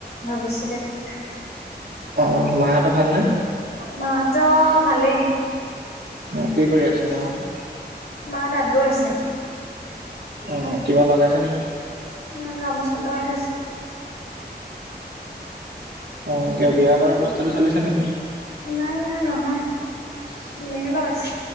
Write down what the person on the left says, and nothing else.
ভৱিষৎতে কেতিয়াবা।
মাহঁত ভালেই।
মা তাঁত বৈ আছে।
নাই গামোচা লগাই থৈছে।
নাই, নাই নহয় এনেইহে লগাইছে।